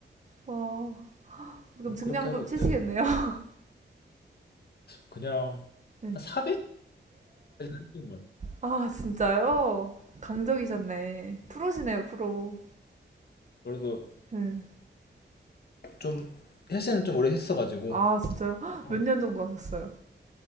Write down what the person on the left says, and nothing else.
<laughs> 뭐
그렇게 하고
있죠.
그냥
한 400까지 했던 것 같아요.
그래도
좀 헬스는 좀 오래 했어가지고
어,